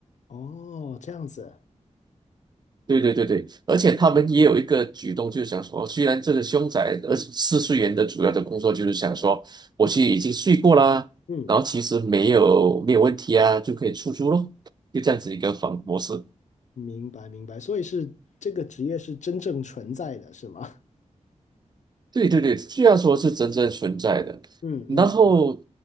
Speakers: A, on the left; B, on the right.
A: 哦，这样子，
B: 对对对对，而且他们也有一个举动，就是想说，虽然这个凶宅二十四岁人的主要的工作就是想说，我去已经睡过啦，
A: 嗯，
B: 然后其实没有没有问题啊，就可以出租咯，就这样子一个房模式。
A: 明白明白，所以是这个职业是真正存在的，是吗？
B: 对对对，虽然说是真正存在的，
A: <laughs> 嗯嗯嗯，
B: 然后